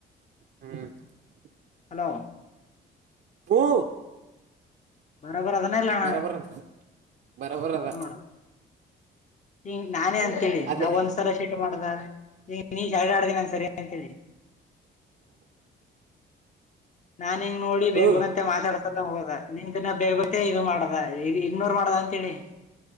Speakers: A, on the right; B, on the left.
A: ಹ್ಮ್ <unintelligible>
B: ಹಲೋ <unintelligible>
A: ಹೂ
B: ಬರಬರ ಅದನ್ನ ಎಲ್ಲಣ
A: ಬರಬರದ ಬರಬರದ
B: ನೋಡ ಹಂಗ ನಾನೇ ಅಂತೇಳಿ
A: ಅದೇ
B: ನಾವ ಒಂದ್ಸಲ ಶೀಟ ಮಾಡ್ದ ನೀಜ್ ಹರಡ ಆಡ್ದ ನನ್ ಸರಿ ಅಂತ ಹೇಳಿ. ನಾನ್ ಹಿಂಗ ನೋಡಿ ಬೇಗ್
A: ಹ್ಮ್
B: ಬಂತ ಮಾತಾಡ್ಸದಂಗ ಹೋದ ನಿ ಬೇಗ ಇದು ಮಾಡದ ಈ ಇಗ್ನೋರ್ ಮಾಡದ ತಿಳಿ